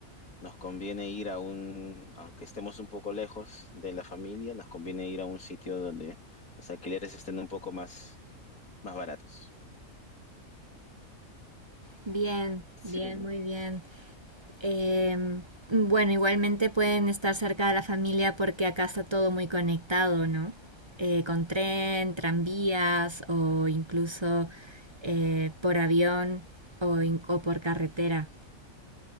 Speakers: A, on the left; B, on the right.
A: nos conviene ir a un, aunque estemos un poco lejos de la familia, nos conviene ir a un sitio donde los alquileres estén un poco más, más baratos.
B: Bien,
A: Sí.
B: bien, muy bien. Eh, bueno, igualmente pueden estar cerca de la familia porque acá está todo muy conectado, ¿no? Eh, con tren, tranvías o incluso eh, por avión o, in- o por carretera.